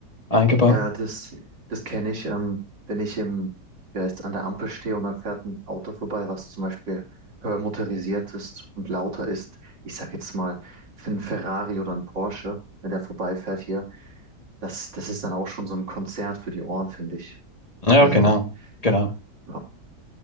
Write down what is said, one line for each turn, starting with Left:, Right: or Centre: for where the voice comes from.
Left: eingebaut?
Right: Ja, das, das kenne ich, ähm, wenn ich im, ja, jetzt an der Ampel stehe und dann fährt ein Auto vorbei, was zum Beispiel höher motorisiert ist und lauter ist. Ich sag jetzt mal, für einen Ferrari oder einen Porsche, wenn der vorbeifährt hier, das, das ist dann auch schon so ein Konzert für die Ohren, finde ich.
Left: Ja,
Right: Also,
Left: genau, genau,
Right: ja.